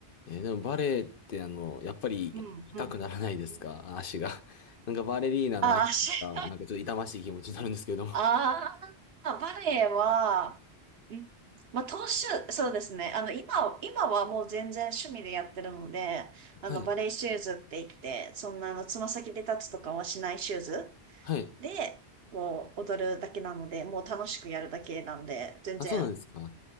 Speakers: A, on the left; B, on the right.
A: えーでもバレエってあの、やっぱり痛くならないですか足が。
B: うんうんうん
A: <laughs> なんかバレリーナの足が、
B: あし、
A: なんかちょっと痛ましい気持ちになるんですけど。
B: ああ、バレエは、うんまあ、当主、そうですね。あの、今、今はもう全然趣味でやってるので、
A: はい。
B: あの、バレエシューズって言って、そんな、あの、つま先で立つとかはしないシューズ
A: はい。
B: で、こう、踊るだけなので、もう楽しくやるだけなんで、全然、
A: あ、そうなんですか